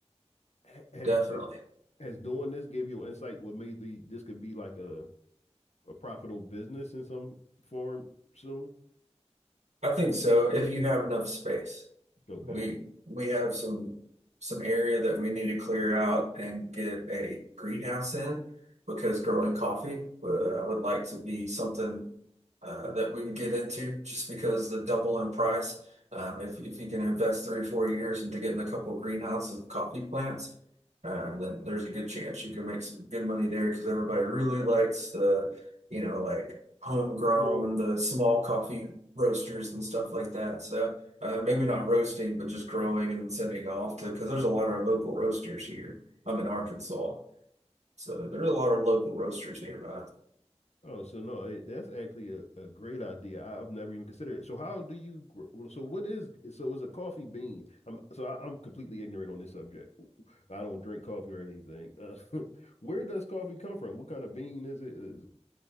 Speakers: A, on the left; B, on the right.
A: H- Has
B: definitely.
A: has doing this gave you insight what maybe this could be like a, a profitable business in some form soon?
B: I think so if you have enough space.
A: Okay.
B: We we have some some area that we need to clear out and get a greenhouse in because growing coffee, uh,
A: Yeah.
B: I would like to be something uh, that we can get into just because the double in price. Um, if if you can invest three, four years into getting a couple of greenhouses of coffee plants, uh, then there's a good chance you can make some good money there because everybody really likes the, you know, like homegrown,
A: Grow.
B: the small coffee roasters and stuff like that. So uh, maybe not roasting, but just growing and then sending off to, because there's a lot of local roasters here. I'm in Arkansas, so there's a lot of local roasters nearby.
A: Oh, so no, it, that's actually a, a great idea. I've never even considered it. So how do you grow? well, So what is so is a coffee bean? I'm so I, I'm completely ignorant on this subject. I don't drink coffee or anything. Uh, <laughs> where does coffee come from? What kind of bean is it? Is it-